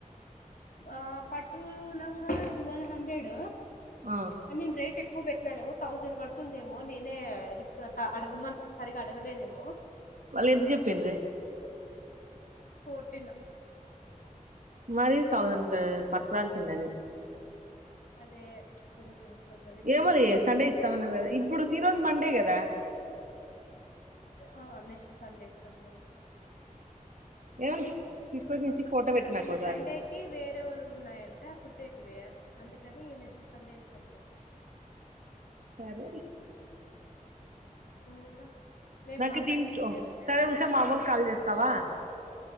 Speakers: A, on the left; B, on the right.
A: ఆ పట్టు లంగా టువల్ హండ్రెడ్
B: ఆ
A: అ నేన్ రైట్ ఎ ఎక్కువ పెట్టినానేమో థౌజండ్ పడుతుందేమో నేనే ర అడగమని సరిగగా అడగలేదేమో
B: మళ్ళ ఎంత చెప్పింది
A: ఫోర్టీన్
B: మరి థౌసండ్ క పట్టుకరాల్సింద అనేవి
A: అదే కొంచెం సార్ అదే మిస్టేక్
B: ఏమో లే
A: అయింది
B: సండే ఇస్తామన్నారు కదా ఇప్పుడు ఈ రోజు మండే అంటే కదా
A: ఆ ని నట్ సండే ఇస్తామన
B: ఏమని తీసుకొచ్చి ఇచ్చి ఫోటో పెట్టు నాకు
A: నిన్న
B: ఒకసారి
A: సండేకి వేరే వాళ్ళు ఉన్నాయంట కుుట్టేటివి అందుకని నెక్స్ట్ సండే ఇస్తామనండి
B: సరే
A: ఇంకా నేను
B: నాకు
A: పాపాయికి
B: దీంట్
A: కుట్టేయాలనా
B: సరే ఉషే మామూలు ఖాళీ చేస్తావా